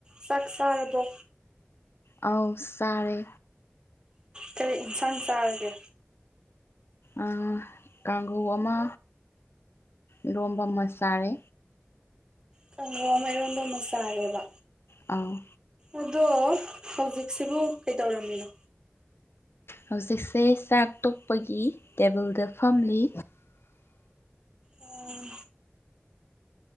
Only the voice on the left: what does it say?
ꯑꯧ ꯆꯥꯔꯦ
ꯑ ꯀꯥꯡꯍ‌‌ꯧ ꯑꯃ ꯏꯔ‌ꯣꯝꯕ ꯑꯃ ꯆꯥꯔꯦ
ꯑ
ꯍꯧꯖꯤꯛꯁꯦ ꯆꯥꯛ ꯇꯣꯛꯄꯒꯤ ꯇꯦꯕꯜꯗ ꯐꯝꯂꯤ